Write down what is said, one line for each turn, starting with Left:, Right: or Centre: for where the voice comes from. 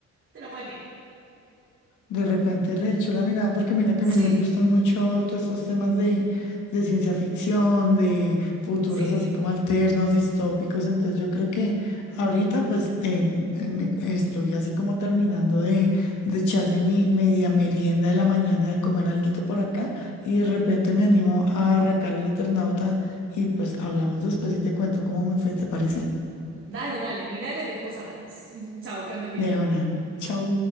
Right: te la puedes mirar.
Left: De repente le echo la mirada porque mira que
Right: Sí,
Left: a mí me gustan mucho todos estos temas de, de ciencia ficción, de futuros
Right: sí.
Left: así como alternos, distópicos. Entonces yo creo que ahorita pues eh, eh, me- estoy así como terminando de, de echarme mi media merienda de la mañana, de comer alguito por acá y de repente me animo a arrancar el Eternauta y pues hablamos después y te cuento cómo me fue, ¿te parece?
Right: Dale, dale, mírala y después hablamos. <laughs> Chao, que andes bien.
Left: De una, chau.